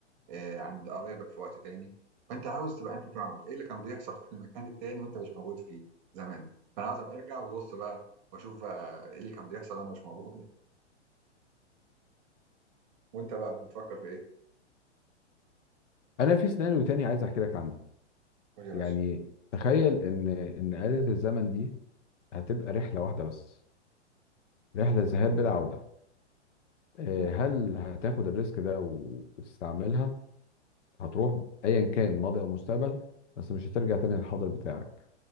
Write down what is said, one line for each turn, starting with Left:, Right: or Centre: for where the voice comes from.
Right: آه، عند قرايبك في وقت تاني فانت عاوز تبقى انت تعرف ايه اللي كان بيحصل في المكان التاني وانت مش موجود فيه زمان فانا عاوز ابقى ارجع وابص بقى واشوف بقى ايه اللي كان بيحصل وانا مش موجود <laughs> وانت بقى بتفكر في ايه
Left: انا في سيناريو تاني عايز احكي لك عنه
Right: قول يا باشا
Left: يعني تخيل ان ان آلة الزمن دي هتبقى رحله واحده بس رحله ذهاب بلا عوده آه،
Right: م.
Left: هل هتاخد الريسك ده و- وتستعملها هتروح ايا كان ماضي او مستقبل بس مش هترجع تاني للحاضر بتاعك